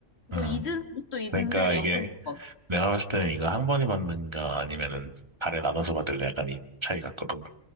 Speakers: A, on the left (about 60°); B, on the right (about 20°).
A: 그럼
B: 음.
A: 2등, 또 2등대
B: 그러니까 이게
A: 연금 법번
B: 내가 봤을 때는 이거 한 번에 받는가 아니면은 달에 나눠서 받을래 약간 이 차이 같거든.